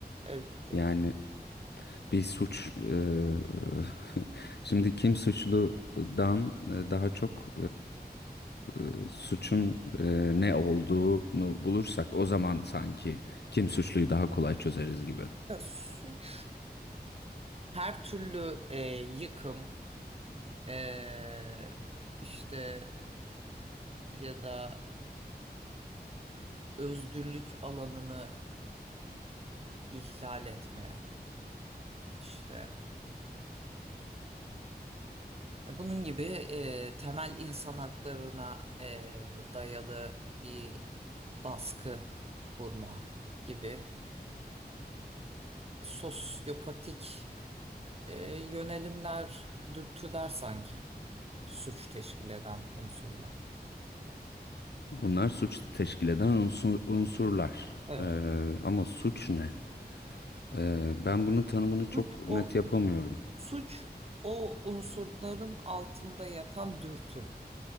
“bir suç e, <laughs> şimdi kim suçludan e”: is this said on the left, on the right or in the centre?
Left